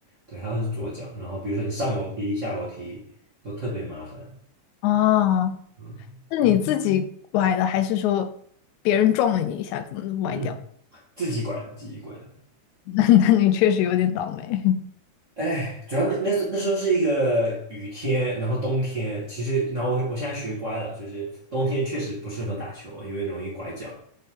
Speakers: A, on the right; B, on the left.
A: 对，还好是左脚。然后比如说你上楼梯、下楼梯都特别麻烦。
B: 哦，
A: 嗯，
B: 是你自己崴的，还是说别人撞了你一下子崴掉？
A: <clears throat> 自己管，自己管。
B: <laughs> 那那你确实有点倒霉。
A: 哎，主要那那时那时候是一个雨天，然后冬天，其实然后我我现在学乖了，就是冬天确实不适合打球，因为容易拐脚。